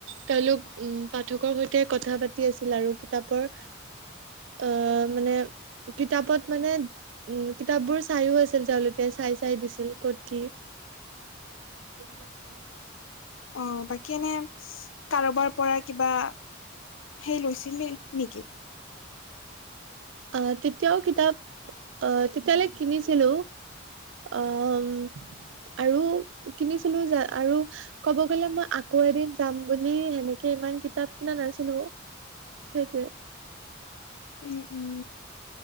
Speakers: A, on the right; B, on the left.
A: তেওঁলোক উম পাঠকৰ সৈতে কথা পাতি আছিল আৰু কিতাপৰ আহ মানে কিতাপত মানে উম কিতাপ বোৰ চাইও আছিল তেওঁলোকে চাই চাই দিছিল ক'ত কি <unintelligible>
B: অ বাকী এনে কাৰোবাৰ পৰা কিবা ফেইল হৈছিল নে নেকি?
A: আহ তেতিয়াও কিতাপ আহ তেতিয়ালৈ কিনিছিলো আম আৰু কিনিছিলো যে আৰু ক'ব গ'লে মই আকৌ এদিন যাম বুলি সেনেকে ইমান কিতাপ কিনা নাছিলো। সেইটোৱে।
B: উম উম